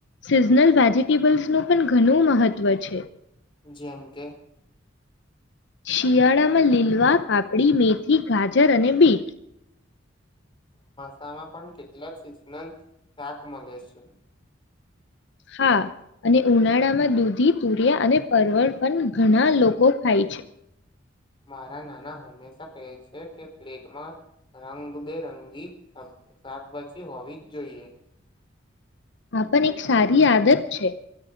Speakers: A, on the left; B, on the left.
A: સિઝનલ વેજિટેબલ્સનું પણ ઘણું મહત્વ છે.
B: જેમ કે
A: શિયાળામાં લીલવા. પાપડી. મેથી. ગાજર અને બીટ.
B: ધાણા પણ કેટલાક સિઝનલ શાક મળે છે.
A: હા અને ઉનાળામાં દૂધી, તુરિયા અને પરવર પણ ઘણા લોકો ખાય છે.
B: મારા નાના હંમેશા કહે છે કે પ્લેટમાં રંગબેરંગી શાક શાકભાજી હોવી જ જોઈએ.
A: આપણ એક સારી આદત છે.